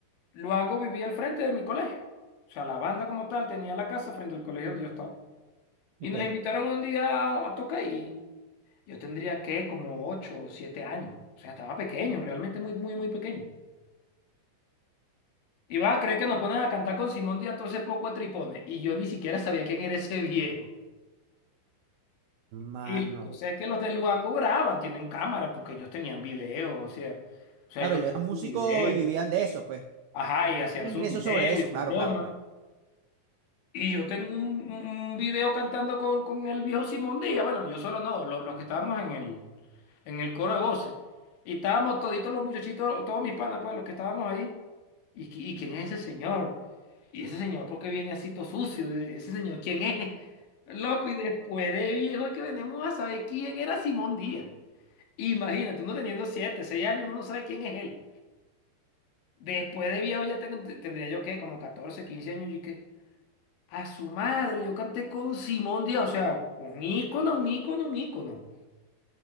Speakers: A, on the left; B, on the right.
A: Luango vivía al frente de mi colegio. O sea, la banda como tal tenía la casa frente al colegio donde yo estaba. Y
B: Ok.
A: nos invitaron un día a tocar ahí. Yo tendría que como ocho o siete años. O sea, estaba pequeño, realmente muy, muy, muy pequeño. Y vas a creer que nos ponen a cantar con Simón Díaz todo ese poco de tripones. Y yo ni siquiera sabía quién era ese viejo.
B: Mano.
A: Y la cosa es que los de Luango graban, tienen cámara, porque ellos tenían videos, o sea, o sea,
B: Claro,
A: ellos
B: yo
A: hacían
B: era músico
A: sus videos.
B: y vivían de eso, pues.
A: Ajá, y
B: Tenía
A: hacían
B: un ingreso
A: sus videos
B: sobre eso,
A: y
B: claro,
A: su broma.
B: claro, claro.
A: Y yo tengo un, un video cantando con, con el viejo Simón Díaz. Bueno, yo solo no, lo- los, que estábamos en el, en el coro de voces. Y estábamos toditos los muchachitos, todos mis panas, pues, los que estábamos ahí. ¿Y, qui- y quién es ese señor? ¿Y ese señor por qué viene así todo sucio? ¿E- ¿Ese señor quién es? <laughs> Loco, y después de viejo es que venimos a saber quién era Simón Díaz. Imagínate, uno teniendo siete, seis años, uno no sabe quién es él. Después de viejo ya tengo- tendría yo, ¿qué? Como 14, 15 años, y qué? A su madre, yo canté con Simón Díaz, o sea, un ícono, un ícono, un ícono.